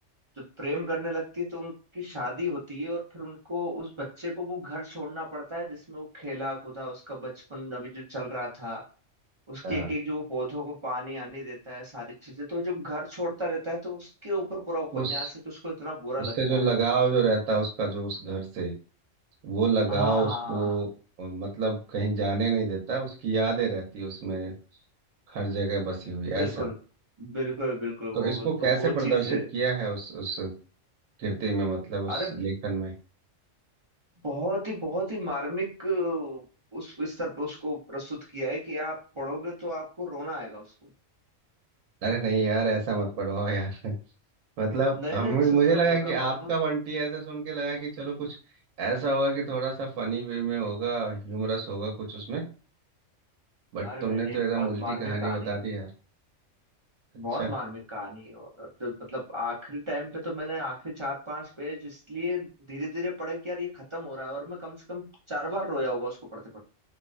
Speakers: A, on the right; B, on the right.
A: जब प्रेम करने लगती है तो उनकी शादी होती है और फिर उनको उस बच्चे को वो घर छोड़ना पड़ता है जिसमें वो खेला कूदा उसका बचपन अभी जो चल रहा था उसके
B: हाँ
A: एक एक जो वो पौधों को पानी आनी देता है सारी चीजें तो जब घर छोड़ता रहता है तो उसके ऊपर पूरा उपन्यास
B: उस
A: है कि उसको इतना बुरा
B: उससे
A: लगता
B: जो लगाव
A: है
B: जो रहता है उसका जो उस घर से वो लगाव
A: हाँ
B: उसको अ, मतलब कहीं जाने नहीं देता उसकी यादें रहती है उसमें हर जगह बसी हुई
A: बिल्कुल
B: ऐसा
A: बिल्कुल बिल्कुल
B: तो
A: वो
B: इसको
A: वो- तो
B: कैसे
A: वो
B: प्रदर्शित
A: चीज है
B: किया है उस उस कृति में मतलब उस
A: अरे
B: लेखन में
A: बहुत ही बहुत ही मार्मिक अ, उस स्तर पे उसको प्रस्तुत किया है कि आप पढ़ोगे तो आपको रोना आएगा उसको
B: अरे नहीं यार ऐसा मत पढ़वाओ यार मतलब
A: नहीं
B: हम
A: नहीं मैं सच
B: मुझे
A: में
B: लगा
A: बोल
B: कि
A: रहा हूँ
B: आपका
A: अद्भुत
B: बंटी ऐसा सुन के लगा कि चलो कुछ ऐसा होगा कि थोड़ा सा फनी वे में होगा ह्यूमरस होगा कुछ उसमें बट
A: अरे
B: तुमने
A: नहीं नहीं
B: तो एकदम
A: बहुत
B: उल्टी
A: मार्मिक
B: कहानी
A: कहानी
B: बता
A: है
B: दी यार अच्छा
A: बहुत मार्मिक कहानी है और जो- मतलब आखिरी टाइम पे तो मैंने आखिरी चार पांच पेज इसलिए धीरे धीरे पढ़े कि यार ये खत्म हो रहा है और मैं कम से कम चार बार रोया होगा उसको पढ़ते पढ़ते